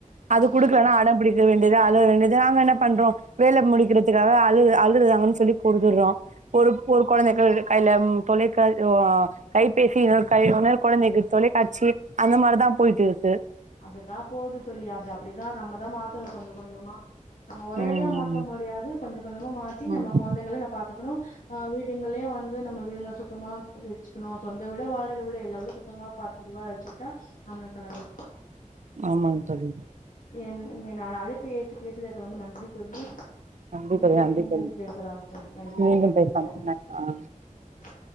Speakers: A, on the right; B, on the left.
A: அது
B: ம்
A: குடுக்கலனா அடம் பிடிக்க வேண் டியாது அழுக வேண்டிது நாங்க என்ன பண்றோ வேல முடிக்கிறதுக்காக அழு அழுறாங்கனு சொல்லி குடுத்துடுறோ ஒரு ஒரு கொழந்தைக் இருக் கையில ம் தொலைக்க ஒ கைபேசி இன்னொன்னு கை இன்னொரு கொழந்தைக்கு தொலைக்காச்சி அந்த மாரிதா போய்ட்டு இருக்கு
B: அதுதா போவுது தோழி அது அப்டிதா நம்மதா மாத் த்தணு கொஞ்ச கொஞ்சமா நம்ம ஒரேடியா
A: ம்
B: மாத்த முடியாது கொஞ்ச கொஞ்சமா மாத்தி
A: ம்
B: நம்ம கொழந்தைங்கள ந பாத்துக்கணு ஆஹ் வீடுங்களே வந் து நம்ம வீடுங்கள சுத்தமா வெச்சிக்கணு சொந்த வீட்டோ வாடக வீடோ எல்லா வீடும் சுத்தமா பத் இதுவா வச்சிகிட்ட நம்ளுக்கு நல்லது
A: ஆமாங் தோழி
B: என் என்னோனா அழைப்பு ஏத்து பேசுயதற்கு ரொம்ப நன்றி தோழி
A: நன்றி
B: மீண்டும்
A: தோழி நன்றி
B: மீண்டும்
A: தோழி
B: பேசலாம் தோழி நன்றிகள்
A: மீண்டும்
B: நன்றி
A: பேசலாம்
B: வணக்கம்
A: ஆ